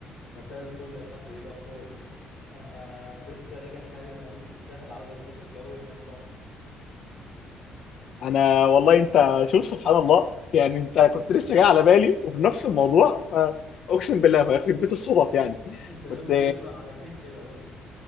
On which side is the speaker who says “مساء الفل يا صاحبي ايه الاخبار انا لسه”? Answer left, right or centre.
Left